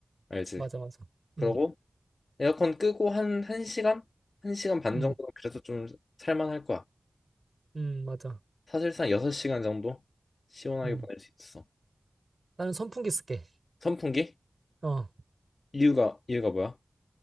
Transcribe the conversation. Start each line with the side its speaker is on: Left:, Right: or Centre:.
Left: 알지?
Right: 맞아, 맞아.
Left: 그러고
Right: 음,
Left: 에어컨 끄고 한 1시간? 1시간 반
Right: 음,
Left: 정도는 그래도 좀 살만할 거야.
Right: 음, 맞아.
Left: 사실상 6시간 정도 시원하게
Right: 음.
Left: 보낼 수 있어.
Right: 나는 선풍기 쓸게.
Left: 선풍기?
Right: 어.
Left: 이유가, 이유가 뭐야?